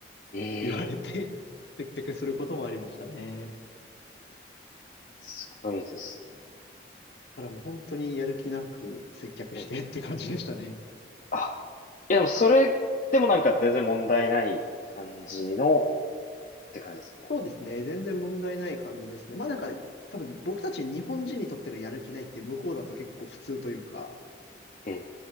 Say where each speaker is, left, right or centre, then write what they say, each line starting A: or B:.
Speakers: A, on the left; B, on the left.
A: ええ
B: 言われて、接客することもありましたね。
A: すごいですね。
B: だからもう本当にやる気なく接客してって感じでしたね。
A: え、あ、いやでもそれでもなんか全然問題ない感じのって感じですよね。
B: そうですね。全然問題ない感じですね。まあなんか、多分僕たち日本人にとってのやる気ないって向こうだと結構普通というか、
A: え、